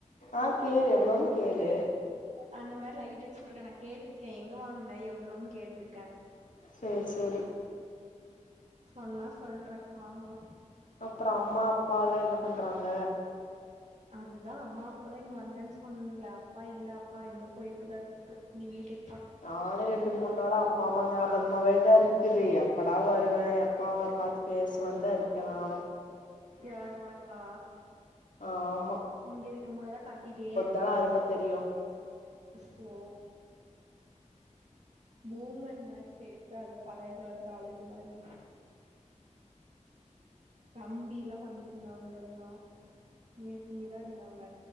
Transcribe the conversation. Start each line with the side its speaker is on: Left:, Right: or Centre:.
Left: ஆஹ கேளு எவ்ளோன் கேளு
Right: அந்த மாரி லைட் வச்சுப்பட்டுருக்கேன் நான் கேட்டிருக்கேன் எங்க வாங்குன எவ்வளோன்னு கேட்டிருக்கேன்
Left: சேர் செரி
Right: சொன்னா சொல்றே வாங்கலா
Left: அப்பற அம்மா அப்பா எல்லா என்ன பண்றாங்க
Right: அதுதா அம்மா கூட தா இங்க வந்தேன்னு சொன்னல அப்பா இல்ல அப்பா இங்க போயிருக்குதாட்டு இருக்கு நீ வீட்டு
Left: நானு ரெண்டு மூணு நாள அப்பா அம்மா ஞாபகமாவே தா இருக்குது எப்படா வருவே எப்பா அவுங்கள பாத்து பேசுவ தா இருக்கே நானு
Right: யாரு உனக்கா
Left: ஆஹ
Right: இங்க இருக்கும்போதெல்லா கத்திட்டே இரு
Left: தான அரும தெரியு
Right: சோ பூமர் மாரி பேசாத பழையகிளத்து ஆளு மாரி தம்பி எலா வந்திருந்தாங்க எல்லா நேத்தி இங்கதா இருந்தாங்க